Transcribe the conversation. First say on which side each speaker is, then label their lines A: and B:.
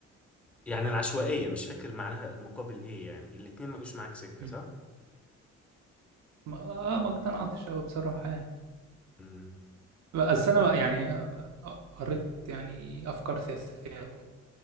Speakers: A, in the centre; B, on the right.
A: يعني العشوائية مش فاكر معناها المقابل إيه يعني الاتنين ما جوش معاك سكة
B: أمم.
A: صح؟
B: ما آه، ما اقتنعتش قوي بصراحه يعني
A: مم.
B: بس انا بقى يعني آه، آه، قريت يعني افكار سياسيه